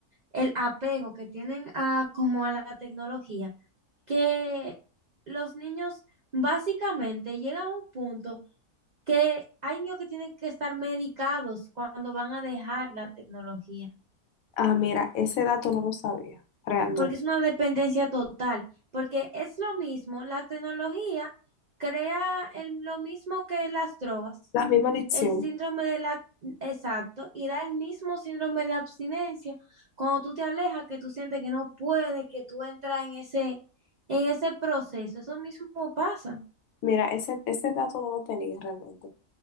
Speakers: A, on the right (about 80°); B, on the left (about 75°).
A: el apego que tienen a como a la tecnología que los niños básicamente llegan a un punto que hay niños que tienen que estar medicados cuando van a dejar la tecnología,
B: ah, mira, ese dato no lo sabía realmente.
A: porque es una dependencia total, porque es lo mismo, la tecnología crea el- lo mismo que las drogas.
B: La misma adicción,
A: El síndrome de la... Exacto, y da el mismo síndrome de abstinencia cuando tú te alejas, que tú sientes que no puedes, que tú entras en ese, en ese proceso. Eso mismo pasa,
B: mira, ese, ese dato no lo tenía realmente.